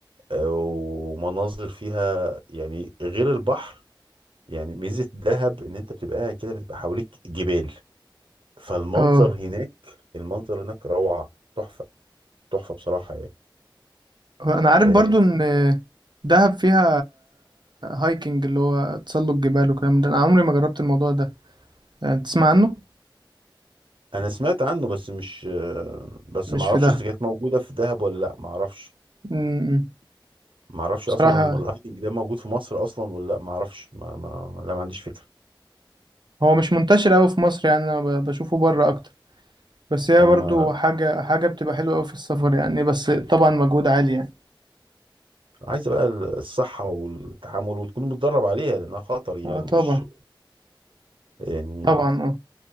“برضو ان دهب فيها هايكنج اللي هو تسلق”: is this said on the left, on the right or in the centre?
Right